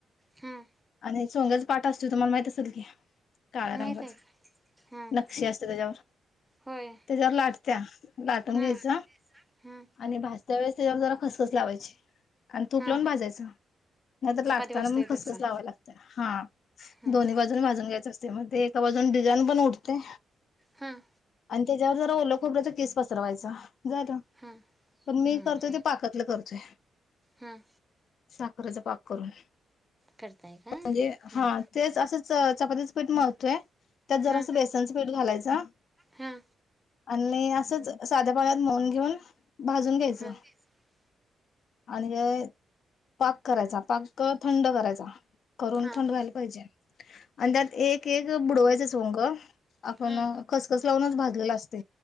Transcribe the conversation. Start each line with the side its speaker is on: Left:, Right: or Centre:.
Centre: हां
Left: आणि चोंग्याचा पाट असतोय तुम्हाला माहित असेल की, काळ्या
Centre: माहीत
Left: रंगाचा.
Centre: आहे का हां
Left: नक्षी असते तेच्यावर.
Centre: होय
Left: त्याच्यावर लाटत्या, लाटून
Centre: हां
Left: घ्यायच
Centre: हां
Left: आणि भाज त्यावेळेस तेज्यावर जरा खसखस लावायची, आणि तूप
Centre: हां
Left: लावून भाजायचं, नाहीतर
Centre: चपाती
Left: लाटताना
Centre: भाजतोय
Left: मग खसखस
Centre: तसा
Left: लावावी लागल्या, हां.
Centre: हां
Left: दोन्ही
Centre: हां
Left: बाजून भाजून घ्यायचं असतय, म ते एका बाजून डिझाईन पण उठतय
Centre: हां.
Left: आणि तेज्यावर जरा ओलं खोबऱ्याचा किस पसरवायचा झाल.
Centre: हां
Left: पण
Centre: हां
Left: मी करतोय
Centre: हां
Left: ते पाकातलं करतोय.
Centre: हां
Left: साखरेचा पाक करून.
Centre: करताय का
Left: म्हणजे
Centre: हं
Left: हा तेच असं चपातीचं पीठ मळतोय त्यात जरास
Centre: हां
Left: बेसनचं पीठ घालायचं
Centre: हां
Left: आणि असंच साध्या पाण्यात मळून घेऊन भाजून घ्यायचं
Centre: हां हां
Left: आणि पाक करायचा, पाक थंड करायचा, करून
Centre: हां
Left: थंड व्हायला पाहिजे. आणि त्यात एक एक बुडवायचं चोंग आपण
Centre: हां
Left: खसखस लावूनच भाजलेल असतं